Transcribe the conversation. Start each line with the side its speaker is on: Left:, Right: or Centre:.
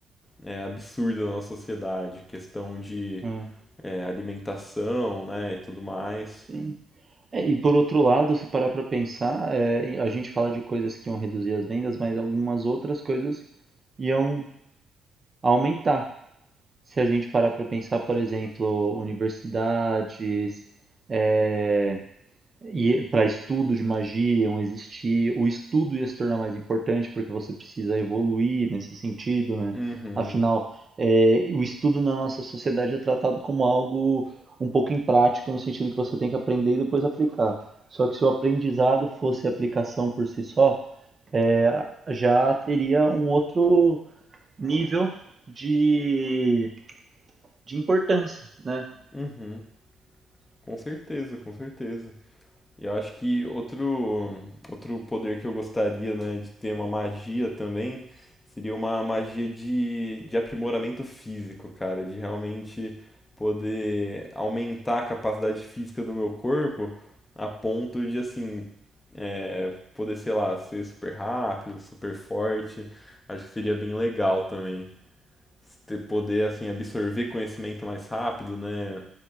Left: é, absurdas na nossa sociedade, questão de
Right: é,
Left: é, alimentação, né, e tudo mais.
Right: sim. É, e por outro lado, se parar para pensar, é, a gente fala de coisas que iam reduzir as vendas, mas algumas outras coisas iam aumentar. Se a gente parar para pensar, por exemplo, universidades, é, E para estudo de magia iam existir, o estudo ia se tornar mais importante porque você precisa evoluir nesse sentido, né?
Left: Uhum,
Right: Afinal, é, o estudo na nossa sociedade é tratado como algo um pouco imprático, no sentido que você tem que aprender e depois aplicar. Só que se o aprendizado fosse aplicação por si só, é, já teria um outro nível de, de importância, né?
Left: uhum, com certeza, com certeza. E eu acho que outro, outro poder que eu gostaria, né, de ter uma magia também, seria uma magia de, de aprimoramento físico, cara, de realmente poder aumentar a capacidade física do meu corpo a ponto de, assim, é, poder, sei lá, ser super rápido, super forte. Acho que seria bem legal também. Ter- Poder, assim, absorver conhecimento mais rápido, né?